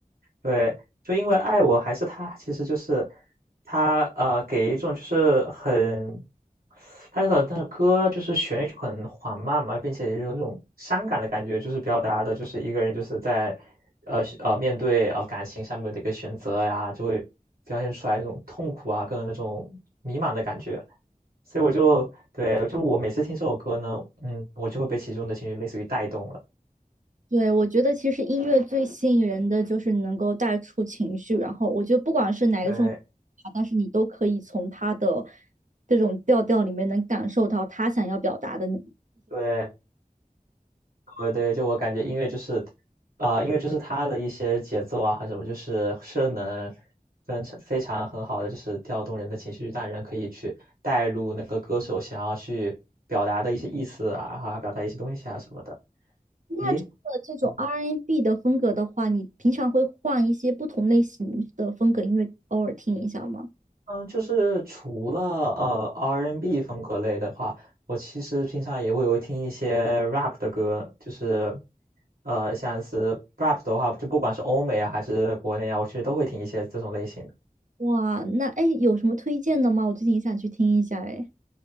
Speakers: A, on the right; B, on the right.
A: 对，就因为爱我还是他，其实就是他呃，给一种就是很，他的那个歌就是旋律就很缓慢嘛，并且有那种伤感的感觉，就是表达的就是一个人就是在呃是呃面对呃感情上面的一个选择呀，就会表现出来一种痛苦啊，跟那种迷茫的感觉。所以我就对，就我每次听这首歌呢，嗯，我就会被其中的情绪类似于带动了。
B: 对，我觉得其实音乐最吸引人的就是能够带出情绪，然后我觉得不管是哪一种，
A: 对
B: 但是你都可以从他的这种调调里面能感受到他想要表达的那。
A: 对。呃，对，就我感觉音乐就是，呃，音乐就是它的一些节奏啊，还什么，就是是能跟常非常很好的，就是调动人的情绪，让人可以去带入那个歌手想要去表达的一些意思啊，还有表达一些东西啊什么的。
B: 那这个这种
A: 咦，嗯，
B: R&B n 的风格的话，你平常会换一些不同类型的风格音乐，偶尔听一下吗？
A: 嗯就是除了，呃，R&B 风格类的话，我其实平常也会有听一些 Rap 的歌，就是，呃，像是 Rap 的话，就不管是欧美啊还是国内啊，我其实都会听一些这种类型的。
B: 哇，那哎，有什么推荐的吗？我最近也想去听一下哎。